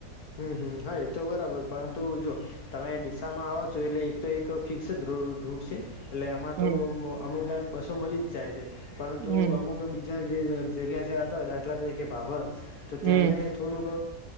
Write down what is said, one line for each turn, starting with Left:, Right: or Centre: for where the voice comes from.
Left: હમ્મ, હમ્મ હા એતો બરાબર પરંતુ જો તમે ડીસામાં આવો છો એટલે એક તો એક ફિક્સ જ રૂટ છે. એટલે આમાં
Right: હમ
Left: તો અમુક ટાઈમે બસો મલીજ જાય છે પરંતુ
Right: હમ
Left: અમુક જે જગ્યા છે આતો દાખલા તરીકે ભાભર તો
Right: હમ
Left: તેમને થોડુંક